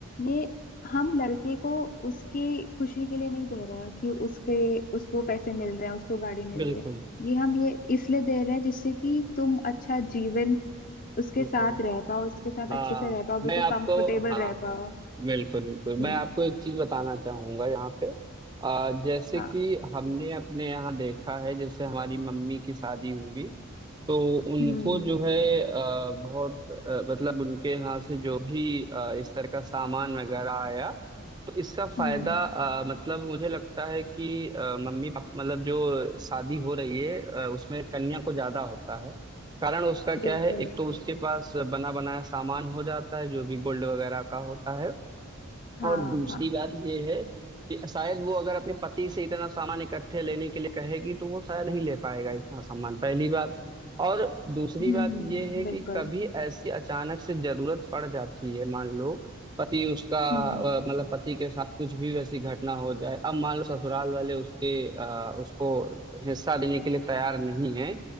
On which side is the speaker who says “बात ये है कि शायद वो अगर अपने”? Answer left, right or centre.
Right